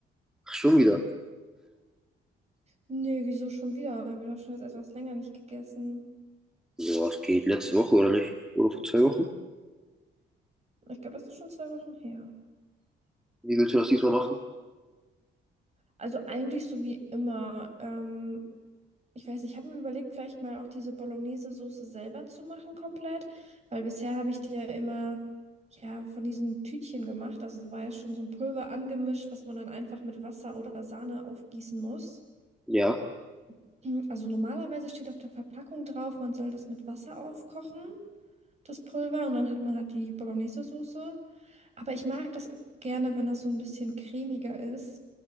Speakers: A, in the centre; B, on the right.
A: Ach, schon wieder.
B: Nee, wieso schon wieder? Habe ich doch schon jetzt etwas länger nicht gegessen.
A: Ja, es geht. Letzte Woche oder nicht? Oder vor zwei Wochen?
B: Ich glaube, das ist schon zwei Wochen her.
A: Wie willst du das diesmal machen?
B: Also eigentlich so wie immer. Ähm, ich weiß nicht, ich habe mir überlegt, vielleicht mal auch diese Bolognese-Soße selber zu machen komplett, weil bisher habe ich die ja immer ja, von diesen Tütchen gemacht. Also es war ja schon so ein Pulver angemischt, was man dann einfach mit Wasser oder Sahne aufgießen muss.
A: Ja.
B: Ähm, Also normalerweise steht auf der Verpackung drauf, man soll das mit Wasser aufkochen, das Pulver, und dann hat man halt die Bolognese-Soße. Aber ich mag das gerne, wenn das so ein bisschen cremiger ist.